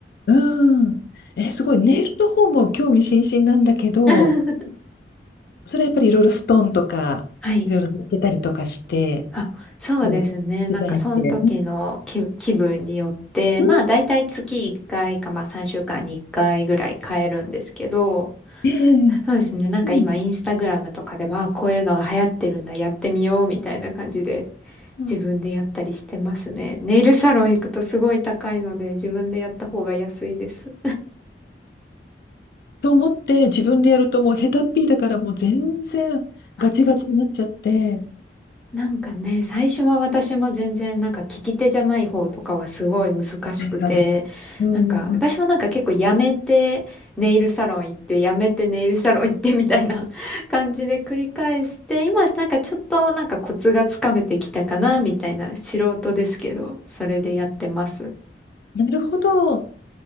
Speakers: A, on the left; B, in the centre.
A: うん。うん。え、すごい。ネイルの方も興味津々なんだけど、
B: <laughs>
A: それはやっぱりいろいろストーンとか、
B: はい。
A: いろいろ抜けたりとかして、
B: あ、そうですね。
A: うんデザインして。
B: なんかその時の気、
A: うん。
B: 気分によって、
A: うん。
B: まあ大体月1回かいか、
A: うん
B: まあ3週間に1回ぐらい変えるんですけど、
A: ええ
B: そうですね。なんか今インスタグラムとかでも、
A: うん。
B: まあ、こういうのが流行ってるんだ、やってみようみたいな感じで
A: うん
B: 自分でやったりしてますね。ネイルサロン行くとすごい高いので、自分でやった方が安いです。
A: と思って自分でやるともう下手っぴだからもう全然ガチガチになっちゃって。
B: うんあ、なんかね、最初は私も全然なんか利き手じゃない方とかはすごい難しくて、
A: うんはいはい。うんうんうん。
B: なんか私はなんか結構やめてネイルサロン行って、やめてネイルサロン行ってみたいな <laughs> 感じで繰り返して、今なんかちょっとなんかコツがつかめてきたかなみたいな素人ですけど、それでやってます。
A: なるほど。